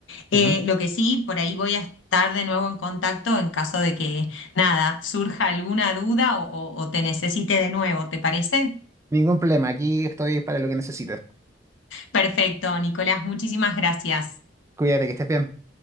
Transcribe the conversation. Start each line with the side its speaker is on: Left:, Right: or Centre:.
Left: Eh,
Right: Ujú.
Left: lo que sí, por ahí voy a estar de nuevo en contacto en caso de que nada, surja alguna duda o o- o te necesite de nuevo, ¿te parece?
Right: Ningún problema, aquí estoy para lo que necesites.
Left: Perfecto, Nicolás, muchísimas gracias.
Right: Cuídate, que estés bien.